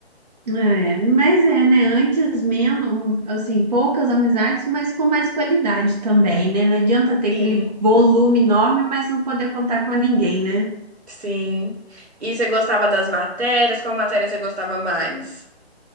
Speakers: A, on the right (about 40°); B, on the right (about 75°).
A: É, mas é, né? Antes menos, assim, poucas amizades, mas com mais qualidade também, né? Não adianta ter
B: Sim.
A: aquele volume enorme, mas não poder contar com ninguém, né?
B: Sim. E você gostava das matérias? Qual matéria você gostava mais?